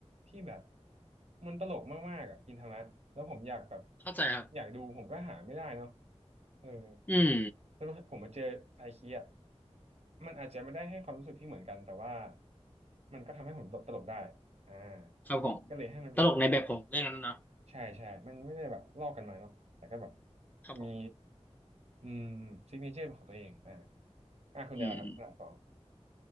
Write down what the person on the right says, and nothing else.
ที่แบบมันตลกมากๆอ่ะกินทามะแล้วผมอยากแบบ
อยากดูผมก็หาไม่ได้เนาะเออ
แล้วผมมาเจอไซคิอีมันอาจจะไม่ได้ให้ความรู้สึกที่เหมือนกันแต่ว่ามันก็ทำให้ผมตลกตลกได้อ่า
ก็เลยให้มันเป็นอันดับสาม
ใช่ใช่ มันไม่ได้แบบลอกกันมาเนาะแต่ก็แบบ
มีอืมซิกเนเจอร์เป็นของตัวเองอ่าอ่าคุณได้ละครับหลังสอง